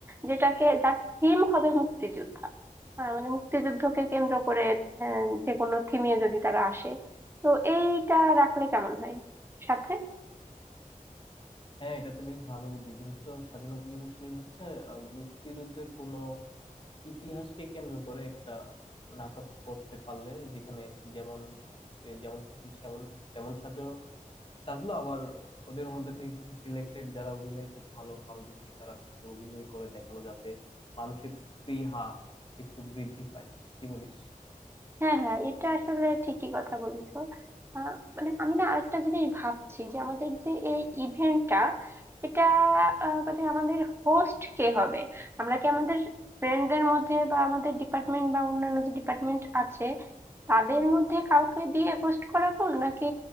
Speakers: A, on the right; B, on the left.
A: যেটাকে যার থিম হবে মুক্তিযোদ্ধা আহ, মানে মুক্তিযুদ্ধকে কেন্দ্র করে আহ, যে কোনো থিমে যদি তারা আসে তো এইটা রাখলে কেমন হয় সাথে
B: হ্যাঁ এটা তো বেশ ভালো বুদ্ধি যেহেতু স্বাধীনতা দিবস নিয়ে হচ্ছে আহ, মুক্তিযুদ্ধের কোনো ইতিহাসকে কেন্দ্র করে একটা নাটক করতে পারলে যেখানে যেমন খুত- যেমন খুশি সেমন তেমন সাজো সাজলো আবার ওদের মধ্যে থেকে কিছু সিলেক্টেড যারা অভিনয়তে ভালো পারদর্শী তারা কিছু অভিনয় করে দেখালো যাতে মানুষের স্পৃহা একটু বৃদ্ধি পায় কি বলিস
A: হ্যাঁ হ্যাঁ এটা আসলে ঠিকই কথা বলেছো আহ, মানে আমি না আরেকটা জিনিস ভাবছি যে আমাদের যে এই ইভেন্টটা এটা আহ, মানে আমাদের হোস্ট কে হবে আমরা কি আমাদের ফ্রেন্ডদের মধ্যে বা আমাদের ডিপার্টমেন্ট বা অন্যান্য যে ডিপার্টমেন্ট আছে তাদের মধ্যে কাউকে দিয়ে হোস্ট করাবো নাকি